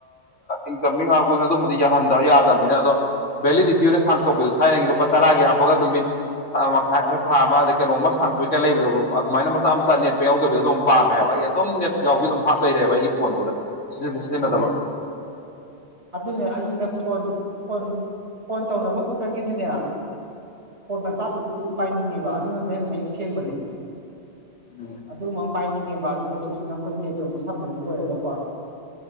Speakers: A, on the left; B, on the right.
A: ꯏꯟꯀꯃꯤꯡꯣꯏ ꯑꯗꯨꯝꯕꯗꯤ ꯌꯥꯍꯟꯗꯕ ꯌꯥꯗꯕꯅꯤꯅ ꯑꯗꯣ ꯚꯦꯂꯤꯗꯤꯇꯤ ꯗ ꯁꯥꯡꯇꯣꯛꯄꯤꯗꯣ ꯊꯥꯏꯅꯒꯤ ꯂꯨꯄꯥ ꯇꯔꯥꯒꯤ ꯍꯥꯞꯄꯒ ꯅꯨꯃꯤꯠ ꯊ ꯃꯈꯥꯏ ꯑꯃ ꯊꯥ ꯑꯃ ꯑꯗꯩ ꯀꯩꯅꯣꯝꯃ ꯁꯥꯡꯇꯣꯛꯄꯤ ꯀꯥꯏ ꯂꯩꯕꯗ ꯑꯗꯨꯃꯥꯏꯅ ꯃꯆꯥ ꯃꯆꯥ ꯅꯦꯠꯄꯦ ꯌꯥꯎꯗꯕꯤꯗꯣ ꯑꯗꯨꯝ ꯄꯥꯝꯃꯦꯕ ꯑꯩ ꯑꯗꯨꯝ ꯅꯦꯠ ꯌꯥꯎꯕꯤ ꯑꯗꯨꯝ ꯍꯥꯞ ꯂꯩꯔꯦꯕ ꯑꯩꯒꯤ ꯐꯣꯟꯁꯤꯗ ꯁꯤꯖꯤꯟ ꯁꯤꯖꯤꯟꯅꯗꯕ
B: ꯎꯝ ꯑꯗꯨꯅꯦ ꯑꯩꯁꯨꯅꯦ ꯐꯣꯟ ꯐꯣꯟ ꯐꯣꯟ ꯇꯧꯅꯕ ꯈꯛꯇꯪꯒꯤꯗꯤꯅꯦ ꯐꯣꯟ ꯃꯆꯥ ꯄꯤꯛꯇ ꯑꯃ ꯄꯥꯏꯅꯤꯡꯉꯦꯕ ꯑꯗꯨꯅꯁꯨ ꯍꯦꯟꯅ ꯃꯌꯦꯛ ꯁꯦꯡꯕꯅꯦ
A: ꯎꯝ
B: ꯑꯗꯨꯃꯝ ꯄꯥꯏꯅꯤꯡꯉꯦ ꯑꯗꯨꯒ ꯁꯤꯁꯤꯅ ꯑꯩꯈꯣꯏ ꯅꯦꯠꯀꯨꯝꯕ ꯁꯝꯕꯒꯤ ꯑꯣꯏꯔꯒꯀꯣ